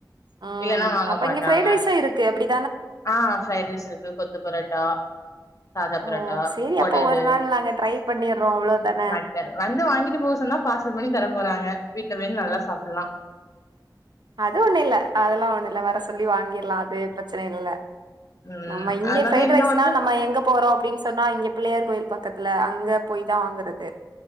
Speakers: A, on the right; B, on the left.
A: ம்
B: இல்லன்னா வாங்க
A: அப்ப
B: மாட்டாங்க
A: இங்க ஃப்ரைட் ரைஸூ இருக்கு எப்டி
B: ஆ ஃப்ரைட் ரைஸ் இருக்கு கொத்து பரோட்டா சாதா
A: ஓ
B: பரோட்டா
A: சேரி
B: கொடலு
A: அப்ப ஒரு நாள் நாங்க ட்ரை பண்ணிர்றோ அவ்ளோதான
B: மட் வந்து வாங்கிட்டு போ சொன்னா பார்சல் பண்ணி தர போறாங்க வீட்டுல போயி நல்லா சாப்புல்லா
A: அது ஒண்ணு இல்ல அதெல்லா ஒண்ணு இல்ல வர சொல்லி வாங்கிர்லா அது பிரச்சன இல்ல
B: ம்
A: நம்ம இங்கே
B: அதனால
A: ப்ரைட்
B: இங்க
A: ரைஸ்னா
B: வந்து
A: நம்ம எங்க போறோ அப்டின்னு சொ ன்னா இங்க பிள்ளையார் கோயில் பக்கத்துல அங்க போய் தா வாங்குறது